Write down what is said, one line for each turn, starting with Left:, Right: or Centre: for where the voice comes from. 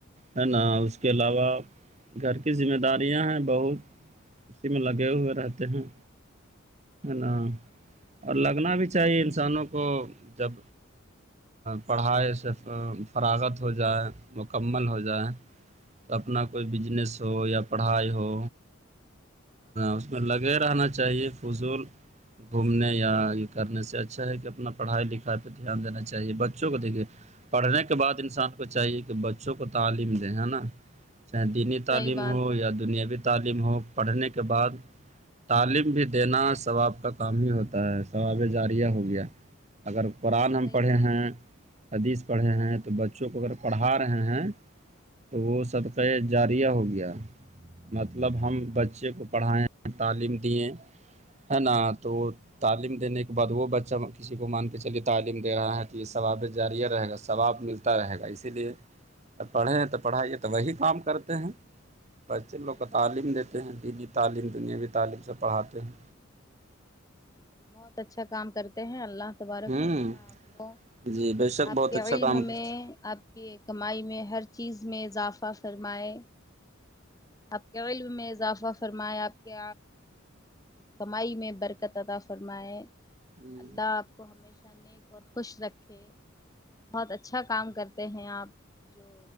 Right: ہے نا اس کے علاوہ گھر کی ذمہ داریاں ہیں بہت اسی میں لگے ہوئے رہتے ہیں نا
Left: اچھا
Right: اور لگنا بھی چاہیے انسانوں کو جب پڑھائی سے فراغت ہو جائے مکمل ہو جائے اپنا کوئی بجنس ہو یا پڑھائی ہو اس میں لگے رہنا چاہیے فضول گھومنے یا یہ کرنے سے اچھا ہے کہ اپنا پڑھائی لکھائی پہ دھیان دینا چاہیے بچوں کو دیکے پڑھنے کے بعد انسان کو چاہیے کہ بچوں کو تعلیم دیں ہے نا چاہے دینی تعلیم
Left: صحیح بات
Right: ہو
Left: ہے
Right: یا دنیاوی تعلیم ہو پڑھنے کے بعد تعلیم بھی دینا ثواب کا کام ہی ہوتا ہے ثواب جاریہ ہو گیا اگر قرآن ہم
Left: صحیح
Right: پڑھے
Left: بات
Right: ہیں حدیث پڑھے ہیں تو بچوں کو اگر پڑھا رہے ہیں وہ صدقے جاریہ ہو گیا مطلب
Left: اچھا
Right: ہم بچے
Left: اچھا
Right: بچے کو پڑھائائے تعلیم دیے ہے نا تو تعلیم دینے کے بعد وہ بچہ کسی کو مان کہ چلیے تعلیم دے رہا ہے تو یہ ثوابط جارییہ رہے گا ثواب ملتا رہے گا اسی لیے ا پڑھے ہیں تو پڑھائیے تو وہی کام کرتے ہیں بچے لوگوں
Left: ہوں
Right: کو
Left: ہوں
Right: تعلیم دیتے ہیں دینی تعلیم دنیاوی تعلیم سے پڑھاتے ہیں
Left: بہت اچھا کام کرتے ہیں اللہ تبارک
Right: ہوں
Left: و تعالی
Right: جی بے شک
Left: اپ
Right: بہت
Left: کے
Right: اچھا
Left: علم
Right: کام کرتے
Left: میں کہ کمائی میں ہر چیز میں اضافہ فرمائے آپ کے علم میں اضافہ فرمایا آپ کے کمائی میں برکت ادا فرمائے
Right: ہیں
Left: اللہ آپ کو ہمیشہ اور خوش رکھے بہت اچھا کام کرتے ہیں آپ جو